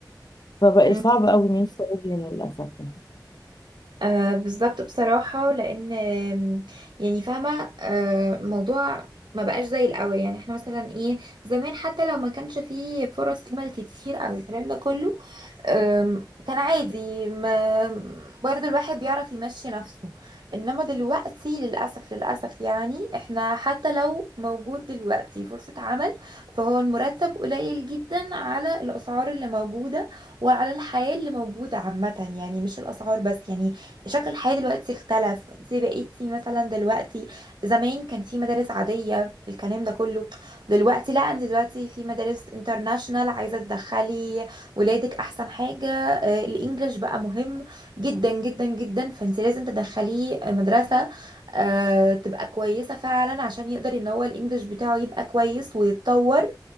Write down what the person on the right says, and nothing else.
أمم.
آه بالظبط بصراحه لان آم، يعني فاهمه آه موضوع ما بقاش زي الاول يعني احنا مثلا ايه زمان حتى لو ما كانش فيه فرص عمل كتير او الكلام ده كله أم، كان عادي ما برضو الواحد بيعرف يمشي نفسه انما دلوقتي للأسف للأسف يعني احنا حتى لو موجود دلوقتي فرصة عمل فهو المرتب قليل جدا على الأسعار اللي موجودة وعلى الحياة اللي موجودة عامة يعني مش الأسعار بس يعني شكل الحياة دلوقتي اختلف انت بقيتي مثلا دلوقتي زمان كان في مدارس عادية الكلام ده كله دلوقتي لا انت دلوقتي في مدارس انترناشنال عايزة تدخلي ولادك احسن حاجة آه، الانجليش بقى مهم جدا جدا جدا فانت لازم تدخليه مدرسة آه، تبقى كويسة فعلا عشان يقدر ان هو الانجليش بتاعه يبقى كويس ويتطور